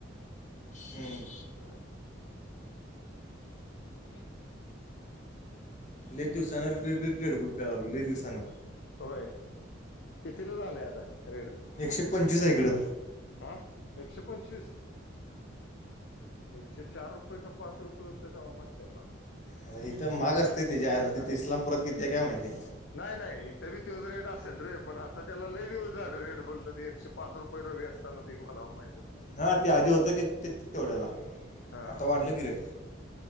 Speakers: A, on the left; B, on the left.
A: हम्म.
B: बरं. थँक
A: लय दिवसान र रेडबुल प्या लागलोय दिवसान
B: होय. कितीला झालंय आता रेड
A: एकशे पंचवीस हाय इकडं.
B: हा एकशे पंचवीस एकशे चार रुपये का पाच रुपये होते तेव्हा माहितय आहे मला
A: अ हिथं माग
B: झालं
A: असते ते ज्यायला तिथे
B: हा
A: इस्लामपुरात कितीे काय माहिती
B: नाही नाही. इथे बी त्योच रेट असेल रे पण आता त्याला लय दिवस झालं रेट बोलतो ते एकशे पाच रुपये असं नाते मला माहितच
A: हा ते आधी होतं की ते तेवढ्याला,
B: हा
A: आता वाढलं की रेट.